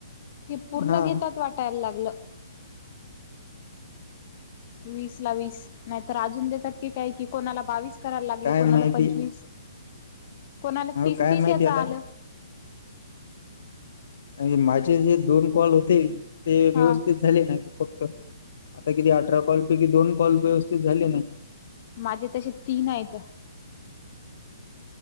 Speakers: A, on the left; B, on the left.
A: ते पूर्ण
B: हा
A: घेतात वाटायला लागलंय. वीस ला वीस. नाहीतर अजून देतात की काय की. कोणाला बावीस करायला लागले
B: काय
A: कोणाला
B: माहिती
A: पंचवीस. कोणाला
B: अहो
A: तीस-तीस
B: काय माहिती
A: याच
B: आता
A: आलं.
B: आणि माझे जे दोन कॉल होते ते व्यवस्थित
A: हा
B: झाले नाही फक्त. आता किती अठरा कॉल पैकी दोन कॉल व्यवस्थित झाले नाही.
A: माझे तसे तीन आहेत.